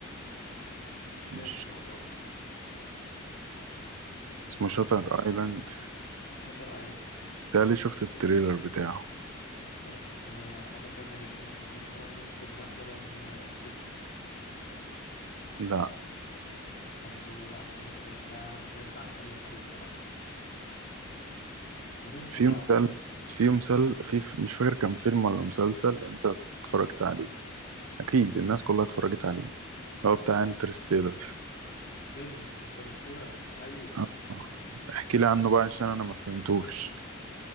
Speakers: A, on the left; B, on the right.
A: مش فاكر
B: مش
A: والله
B: اسمه
A: بس
B: شاتر ايلاند
A: شاتر ايلاند
B: ده اللي شفت التريلر بتاعه
A: طب آه، حاجة تانية لكريستوفر نولان ممكن مثلا انسبشن
B: لا
A: برضو لا جامد قوي ده مش هينفع اتكلم عليه بصراحة طب انت
B: في مسلسل في مسل في في- مش فاكر كان فيلم ولا مسلسل انت اتفرجت عليه اكيد الناس كلها اتفرجت عليه هو بتاع
A: ده
B: انترستيلر
A: فيلم انترستيلر ايوه
B: اه احكي لي عنه بقى عشان انا ما فهمتوش